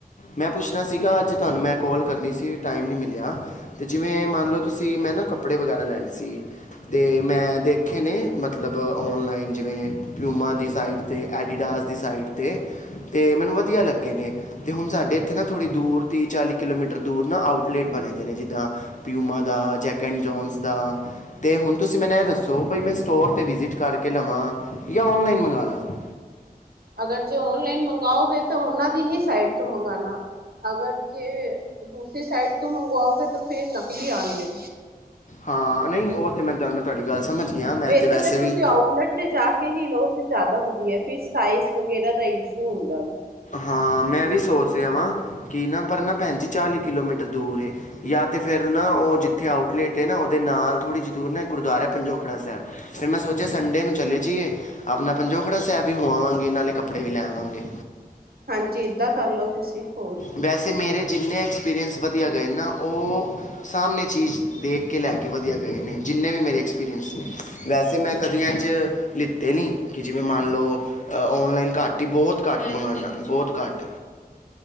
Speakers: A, on the left (about 50°); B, on the right (about 75°).
A: ਮੈਂ ਪੁੱਛਣਾ ਸੀਗਾ ਅੱਜ ਤੁਹਾਨੂੰ ਮੈਂ ਕੋਾਲ ਕਰਨੀ ਸੀ ਟਾਈਮ ਨੀ ਮਿਲਿਆ ਤੇ ਜਿਵੇਂ ਮੰਨ ਲਓ ਤੁਸੀਂ ਮੈਂ ਨਾ ਕੱਪੜੇ ਵਗੈਰਾ ਲੈਣੇ ਸੀ ਤੇ ਮੈਂ ਦੇਖੇ ਨੇ ਮਤਲਬ ਔਨਲਾਈਨ ਜਿਵੇਂ ਪਿਊਮਾ ਦੀ ਸਾਈਟ ਅਤੇ ਐਡੀਡਾਸ ਦੀ ਸਾਈਡ 'ਤੇ ਅਤੇ ਮੈਨੂੰ ਵਧੀਆ ਲੱਗੇ ਨੇ ਅਤੇ ਹੁਣ ਸਾਡੇ ਇੱਥੇ ਨਾ ਥੋੜ੍ਹੀ ਦੂਰ ਤੀਹ ਚਾਲੀ ਕਿਲੋਮੀਟਰ ਦੂਰ ਨਾ ਆਊਟਲੇਟ ਬਣੇ ਦੇ ਨੇ ਜਿੱਦਾਂ ਪਿਊਮਾ ਜੈਕ ਕਨ ਜੋਨਸ ਦਾ ਅਤੇ ਹੁਣ ਤੁਸੀਂ ਮੈਨੂੰ ਇਹ ਦੱਸੋ ਬਈ ਮੈਂ ਸਟੋਰ 'ਤੇ ਵਿਜਿਟ ਕਰਕੇ ਲਵਾਂ ਜਾਂ ਔਨਲਾਈਨ ਮੰਗਾਵਾ ਲਵ
B: ਅਗਰ ਜੇ ਓਨਲਾਈਨ ਮੰਗਓਗੇ ਤਾਂ ਉਹਨਾਂ ਦੀ ਹੀ ਸਾਈਟ ਤੋਂ ਮੰਗਉਣਾ ਅਗਰ ਜੇ ਦੂਸਰੀ ਸਾਈਡ ਤੋਂ ਮੰਗਵਾਓਗੇ ਤਾਂ ਫੇਿਰ ਨਕਲੀ ਆਉਣਦੇ
A: ਹਾਂ ਨਹੀਂ ਉਹ ਤੇ ਮੈਂ ਮੈਂ ਤੁਹਾਡੀ ਗੱਲ ਸਮਝ ਗਿਆ ਮੈਂ
B: ਵੈਸੇ ਤੇ ਤੁਸੀ
A: ਵੀ
B: ਆਟ ਲਟ ਤੇ ਜਾ ਕੇ ਹੀ ਲੋਦਾ ਵਧਆ ਸ ਵਰਾ ਦਾਸ਼ ਝੂਲਦਾ ਵਾ
A: ਹਾਂ ਮੈਂ ਵੀ ਸੋਚ ਰਿਹਾ ਵਾਂ ਕਿ ਨਾ ਪਰ ਨਾ ਭੈਣਜੀ ਚਾਲੀ ਕਿਲੋਮੀਟਰ ਦੂਰ ਫੇਿਰ ਨਾ ਉਹ ਜਿੱਥੇ ਆਊਟਲੇਟ ਨਾ ਉਹਦੇ ਨਾਲ ਥੋੜ੍ਹੀ ਜ ਦੂਰ ਨਾ ਗੁਰਦੁਆਰਾ ਪੰਜੋਖੜਾ ਸਾਹਿਬ ਫਿਰ ਮੈਂ ਸੋਚਿਆ ਸੰਡੇ ਨੂੰ ਚਲੇ ਜਾਈਏ ਆਪਣਾ ਪੰਜੋ ਖੜਾ ਸਹਿਬ ਵੀ ਹੋ ਆਵਾਂਗੇ ਨਾਲੇ ਕੱਪੜੇ ਵੀ ਲੈ ਆਵਾਂਗੇ
B: ਹਾਂਜੀ ਏਦਾਂ ਕਰਲਓ ਤੁਸੀਂ ਹੋਰ ਕੀ
A: ਵੈਸੇ ਮੇਰੇ ਜਿੰਨੇ ਐਕਸਪੀਰੀਅੰਸ ਵਧੀਆ ਗਏ ਨਾ ਉਹ ਸਾਹਮਣੇ ਚੀਜ਼ ਦੇਖ ਕੇ ਲੈ ਕੇ ਵਧੀਆ ਗਏ ਨੇ ਜਿੰਨੇ ਵੀ ਮੇਰੇ ਐਕਸਪੀਰੀਅੰਸ ਨੇ ਵੈਸੇ ਮੈਂ ਕਦੇ ਅੰਝ ਲਿੱਤੇ ਨਹੀਂ ਕਿ ਜਿਵੇਂ ਮੰਨ ਲਓ ਔਨਲਾਈਨ ਘੱਟ ਹੀ ਬਹੁਤ ਘੱਟ ਮੰਗਵਾਉਣਾ ਬਹੁਤ ਘੱਟ